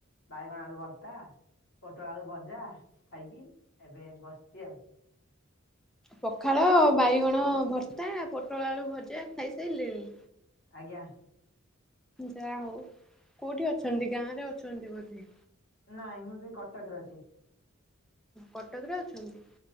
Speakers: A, on the left (about 55°); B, in the centre.
A: ବାଇଗଣ ଆଳୁ ଭର୍ତ୍ତା ପୋଟଳ ଆଳୁ ଭଜା ଖାଇକି ଏବେ ବସିଚି ଆଉ।
B: ପଖାଳ, ବାଇଗଣ ଭର୍ତ୍ତା, ପୋଟଳ ଆଳୁ ଭଜା ଖାଇସାରିଲେଣି?
A: ଆଜ୍ଞା।
B: ଯାହା ହଉ କୋଉଠି ଅଛନ୍ତି ଗାଁରେ ଅଛନ୍ତି ବୋଧେ?
A: ନାଇଁ ମୁଁ ଏବେ କଟକରେ ଅଛି।
B: କଟକରେ ଅଛନ୍ତି?